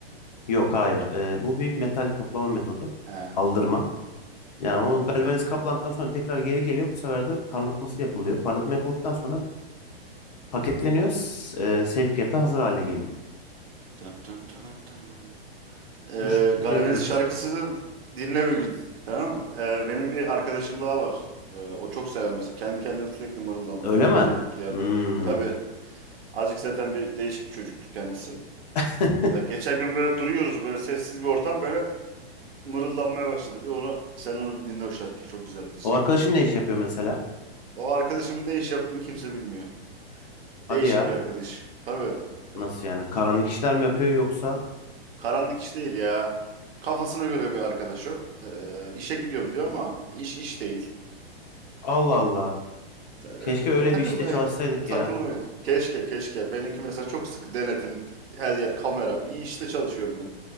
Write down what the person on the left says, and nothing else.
Yok hayır E, bu bir metal kaplama metodu.
Aldırma. Yani o
galvaniz
kaplandıktan sonra tekrar geri geliyor. Bu sefer de parlatması yapılıyor. Parlatma yapıldıktan sonra paketleniyor. s- e, sevkiyata hazır hale geliyor.
Bu şekilde
yapıyoruz.
Öyle mi?
Hmm.
<laughs>
O arkadaşın ne iş yapıyor mesela?
Hadi
ya.
Nasıl yani? Karanlık işler mi yapıyor yoksa?
Allah Allah.
Keşke öyle
bir işte çalışsaydık
ya.